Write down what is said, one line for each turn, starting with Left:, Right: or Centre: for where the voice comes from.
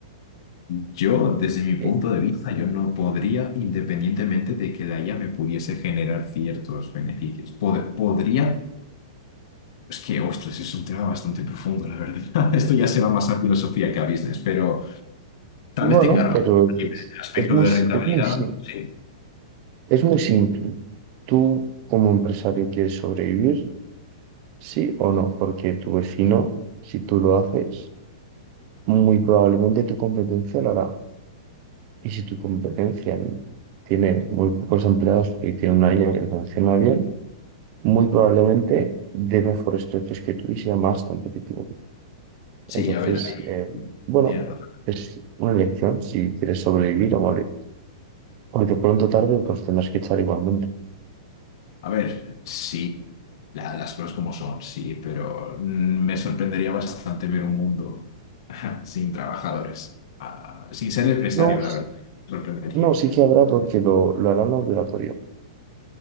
Left: Yo, desde mi punto
Right: Eh,
Left: de vista, yo no podría, independientemente de que la IA me pudiese generar ciertos beneficios. Pod- podría, es que, ostras, es un tema bastante profundo, la verdad. <laughs> Esto ya se va más a filosofía que a business, pero tal
Right: bueno,
Left: vez tenga razón.
Right: pero
Left: En
Right: es,
Left: el aspecto
Right: es muy,
Left: de
Right: si-
Left: rentabilidad.
Right: es muy, si-
Left: sí.
Right: es muy simple. Tú, como empresario, quieres sobrevivir, sí o no, porque tu vecino, si tú lo haces, muy probablemente tu competencia lo hará. Y si tu competencia tiene muy pocos empleados y tiene una IA que funciona bien, muy probablemente dé mejores precios que tú y sea más competitivo.
Left: Sí,
Right: Entonces,
Left: a ver, ahí
Right: eh, bueno,
Left: tienes razón.
Right: es una elección si quieres sobrevivir o morir. Porque pronto o tarde pues tendrás que echar igualmente.
Left: A ver, sí, la- las cosas como son, sí, pero mm, me sorprendería bastante ver un mundo <laughs> sin trabajadores, Ah, sin ser empresario,
Right: No, s-
Left: la verdad. Me sorprendería.
Right: no, sí que habrá porque lo, lo harán obligatorio.